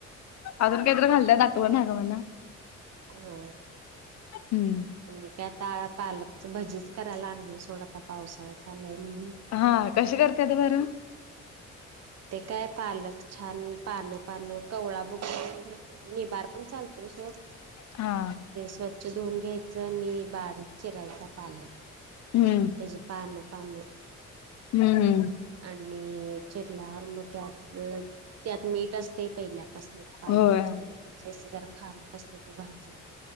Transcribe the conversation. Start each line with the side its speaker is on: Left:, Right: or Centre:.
Left: अजून काहीतरी खाल्लेलं आठवत आहे नव ना
Right: हो..
Left: हम्म
Right: मी काय आता पालकच भजीच करायला आणलोय सोड आता पावसाळा चालू आहे म्हणून.
Left: हा कशी करतेयता बरं
Right: ते काय पालक छान पानं पानं कवळा बघ निबार पण चालतोय सोड.
Left: हा
Right: ते स्वच्छ धुऊन घ्यायचं आणि बारीक चिरायचा पालक
Left: हम्म
Right: त्याची पान पान
Left: हम्म हम्
Right: आणि चिरल्यावर मग त्यात त्यात मीठ असते पहिला तसलच पालक
Left: होय
Right: म्हणजे अस जरा खारट असते ती भाजी